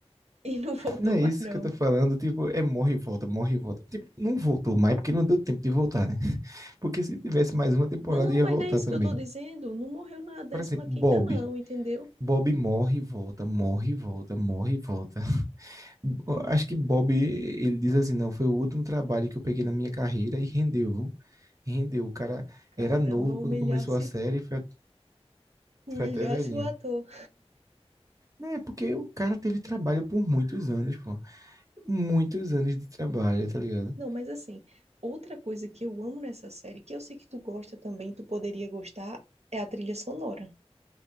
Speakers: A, on the right (about 75°); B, on the right (about 30°).
A: e não <laughs> voltou
B: Não é
A: mais
B: isso
A: não.
B: que eu tô falando, tipo, é morre e volta, morre e volta. Tipo, não voltou mais porque não deu tempo de voltar, né? <laughs> Porque se tivesse mais uma temporada,
A: Não,
B: ia
A: mas
B: voltar
A: não é isso
B: também.
A: que eu tô dizendo. Não morreu na décima
B: Por exemplo,
A: quinta
B: Bob.
A: não, entendeu?
B: Bob morre e volta, morre e volta, morre e volta. <laughs> Acho que Bob, ele diz assim, não, foi o último trabalho que eu peguei na minha carreira e rendeu. Rendeu. O cara
A: Caramba,
B: era novo
A: humilhasse,
B: quando começou a série e foi, at-
A: humilhasse
B: foi até velhinho.
A: o ator.
B: É, porque o cara teve trabalho por muitos anos, pô. Muitos anos de trabalho, tá ligado?
A: Não, mas assim, outra coisa que eu amo nessa série, que eu sei que tu gosta também, tu poderia gostar, é a trilha sonora.